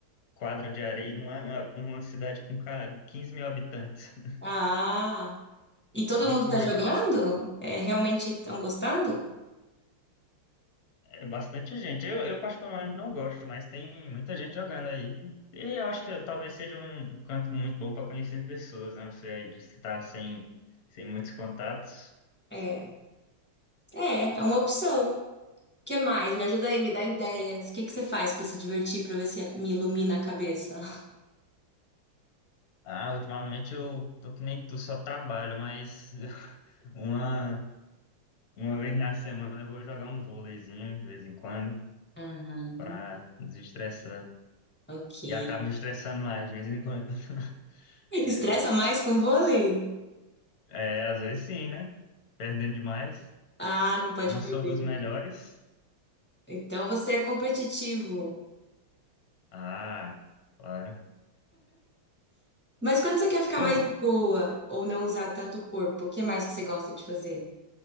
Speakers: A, on the left; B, in the centre.
A: quadras de areia, uma, uma cidade com ca- 15 mil habitantes. <laughs>
B: Ah, e todo
A: É loucura.
B: mundo tá jogando? É, realmente estão gostando?
A: É bastante gente. Eu, eu particularmente não gosto, mas tem muita gente jogando aí. E eu acho que talvez seja um um canto muito bom para conhecer pessoas, né? Você aí disse que tá sem, sem muitos contatos.
B: É, é, é uma opção. O que mais? Me ajuda aí, me dá ideias. O que que você faz pra se divertir, pra ver se me ilumina a cabeça?
A: Ah, ultimamente eu tô que nem tu, só trabalho, mas <laughs> uma, uma vez na semana eu vou jogar um vôleizinho de vez em quando
B: <laughs>
A: para desestressar.
B: Ok.
A: E acabo estressando mais de vez em quando. <laughs> É,
B: Estressa mais com vôlei?
A: é, às vezes sim, né? Perdendo demais.
B: Ah, não pode
A: Não
B: perder.
A: sou dos melhores.
B: Então você é competitivo.
A: Ah, claro.
B: Mas quando você quer ficar
A: Pô,
B: mais de boa ou não usar tanto o corpo, o que mais que você gosta de fazer?